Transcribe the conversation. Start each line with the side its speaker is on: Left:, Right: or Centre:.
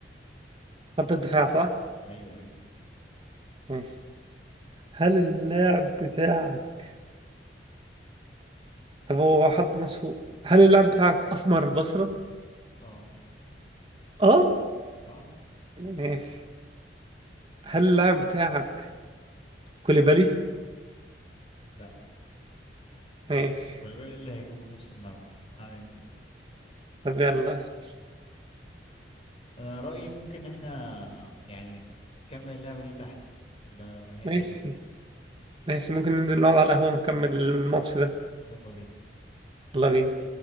Right: خط الدفاع صح؟
Left: ايوه ايوه
Right: ماشي هل اللاعب بتاعك طب هو حد مسفوق هل اللاعب بتاعك أسمر البصرة؟
Left: اه
Right: اه
Left: اه
Right: ماشي هل اللاعب بتاعك كوليبالي؟
Left: لا
Right: ماشي
Left: كولوبالي اللي هيجيبه في نص الملعب ما علينا
Right: طب يلا اسأل
Left: انا رأيي ممكن إن احنا يعني نكمل اللعبة دي تحت بدل ما هي
Right: ماشي
Left: حلوة كده
Right: ماشي ممكن ننزل نقعد على القهوة ونكمل الماتش ده
Left: يلا بينا
Right: يلا بينا